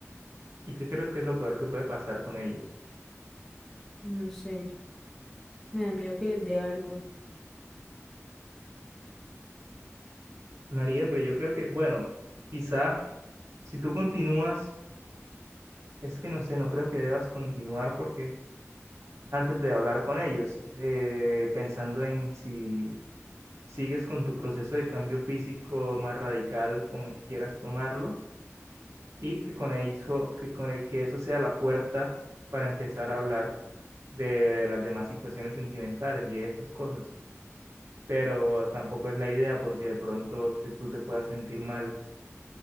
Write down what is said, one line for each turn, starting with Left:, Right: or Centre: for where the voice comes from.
Right: ¿Y qué crees que es lo peor que puede pasar con ellos?
Centre: No sé, me da miedo que les dé algo.
Right: María, pero yo creo que, bueno, quizá si tú continúas Es que no sé, no creo que debas continuar porque antes de hablar con ellos, eh, pensando en si sigues con tu proceso de cambio físico más radical, como quieras tomarlo, y que con eso, que con el- que eso sea la puerta para empezar a hablar de las demás situaciones sentimentales y de esas cosas. Pero tampoco es la idea porque de pronto te- tú te puedas sentir mal.